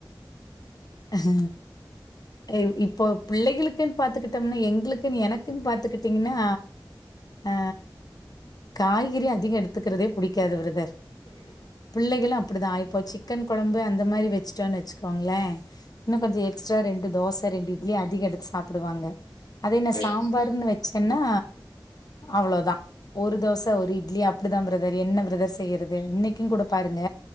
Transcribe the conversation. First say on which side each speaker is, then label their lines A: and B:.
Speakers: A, on the left; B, on the left.
A: அஹ ஏ இப்போ பிள்ளைகளுக்குன் பாத்துகிட்டம்னா எங்களுக்குன்னு எனக்குன்னு பாத்துக்கிட்டீங்கன்னா ஆ காய்கறி அதிக எடுத்துக்கிறதே பிடிக்காது ப்ரதர்
B: <inaudible>
A: பிள்ளகளு அப்படி தா இப்போது சிக்கன் கொழம்பு அந்த மாரி வச்சுட்டோன்னு வச்சுக்கோங்களே இன்னு கொஞ்ச எக்ஸ்ட்ரா ரெண்டு தோச ரெண்டு இட்லி அதிக எடுத்து சாப்டுவாங்க அதே என்ன
B: சரி
A: சாம்பருன்னு
B: சிஸ்டர்
A: வச்சேன்னா அவ்வளோதா ஒரு தோச ஒரு இட்லி அப்படிதா ப்ரதர் என்ன ப்ரதர் செய்யறது இன்னைக்கு கூட பாருங்க